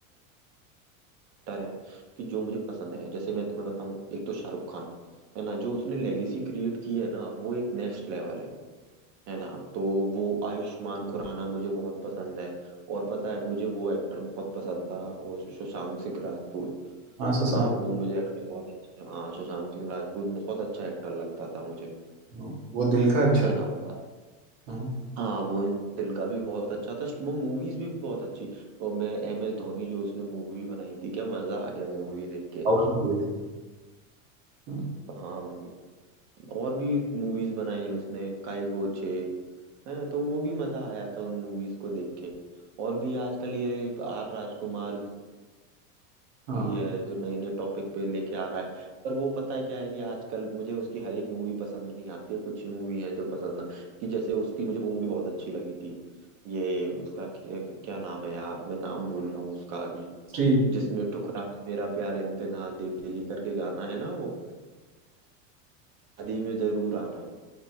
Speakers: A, on the right; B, on the right.
A: एक्टर है कि जो मुझे पसंद है जैसे मैं तुम्हें बताऊं एक तो शाहरुख खान है ना जो उसने लेगेसी क्रिएट की है ना वो एक नेक्स्ट लेवल है है ना तो वो आयुष्मान खुराना मुझे बहुत पसंद है और पता है मुझे वो एक्टर बहुत पसंद था वो शशांक सिंह राजपूत
B: हाँ शशांक
A: है ना वो मुझे एक्टर बहुत अच्छा हाँ सुशांत सिंह राजपूत बहुत अच्छा एक्टर लगता था मुझे
B: हाँ, वो दिल का अच्छा
A: है
B: था
A: ना पर
B: हाँ
A: हाँ वो दिल का भी बहुत अच्छा था वो मूवीज भी बहुत अच्छी और मैं एम एस धोनी जो उसने मूवी बनाई थी क्या मजा आ गया मूवी देख के
B: साउथ मूवी थी हम्म,
A: हाँ भाई और भी मूवीज बनाई उसने काई पोछे है तो वो भी मजा आया था उन मूवीज को देख के और भी आजकल ये आर राजकुमार
B: हाँ
A: भी है जो नए नए टॉपिक पे लेके आ रहा है पर वो पता है क्या है कि आजकल मुझे उसकी हर एक मूवी पसंद नहीं आती है कुछ ही मूवी है जो पसंद ना कि जैसे उसकी मुझे वो मूवी बहुत अच्छी लगी थी ये उसका क्या, क्या नाम है यार मैं नाम भूल रहा हूँ उसका अभी
B: थ्री
A: जिसमें ठुकरा के मेरा प्यार इम्तिहान देखेगी करके गाना है ना वो शादी में जरूर आना